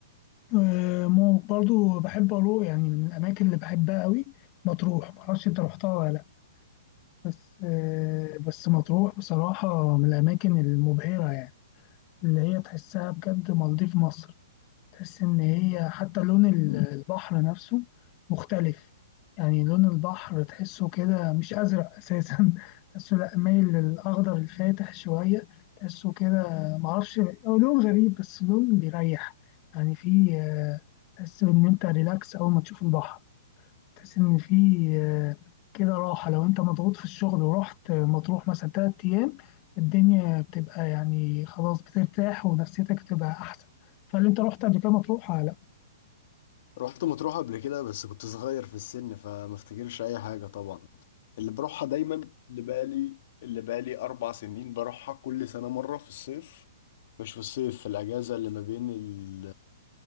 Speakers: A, on the left; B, on the left.
A: آه، مو- برضو بحب أروح يعني من الأماكن اللي بحبها قوي مطروح معرفش أنت رحتها ولا لأ بس آه، بس مطروح بصراحة من الأماكن المبهرة يعني اللي هي تحسها بجد مالديف مصر تحس إن هي حتى لون ال-
B: مم.
A: البحر نفسه مختلف يعني لون البحر تحسه كده مش أزرق أساسا <laughs> تحسه لأ مايل للأخضر الفاتح شوية تحسه كده معرفش هو لون غريب بس لون بيريح يعني فيه آه، تحس إن أنت ريلاكس أول ما تشوف البحر تحس إن في آه، كده راحة لو أنت مضغوط في الشغل ورحت آه، مطروح مثلا تلات أيام الدنيا بتبقى يعني خلاص بترتاح ونفسيتك بتبقى أحسن فهل أنت رحت قبل كده مطروح ولا لأ؟
B: رحت مطروح قبل كده بس كنت صغير في السن فما افتكرش أي حاجة طبعا اللي بروحها دايما اللي بقالي اللي بقالي أربع سنين بروحها كل سنة مرة في الصيف مش في الصيف في الأجازة اللي ما بين ال